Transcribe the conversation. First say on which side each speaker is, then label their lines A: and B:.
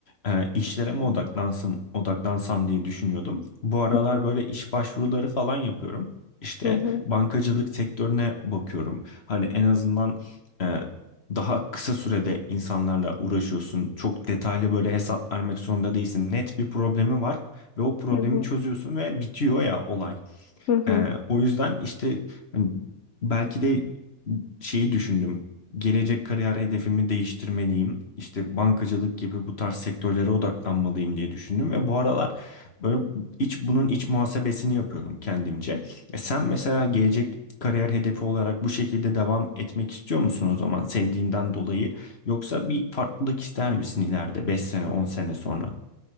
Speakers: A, on the left; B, on the left.
A: e, işlere mi odaklansam odaklansam diye düşünüyordum. Bu aralar
B: Hı hı,
A: böyle iş başvuruları falan yapıyorum. İşte
B: hı hı,
A: bankacılık sektörüne bakıyorum. Hani en azından e, daha kısa sürede insanlarla uğraşıyorsun. Çok detaylı böyle hesap vermek zorunda değilsin. Net bir problemi var ve o problemi
B: hı hı,
A: çözüyorsun ve bitiyor ya olay.
B: hı hı.
A: Ee, o yüzden işte hani belki de şeyi düşündüm. Gelecek kariyer hedefimi değiştirmeliyim. İşte bankacılık gibi bu tarz sektörlere odaklanmalıyım diye düşündüm ve bu aralar böyle iç bunun iç muhasebesini yapıyorum kendimce. E sen mesela gelecek kariyer hedefi olarak bu şekilde devam etmek istiyor musun o zaman sevdiğinden dolayı Yoksa bir farklılık ister misin ileride 5 sene 10 sene sonra?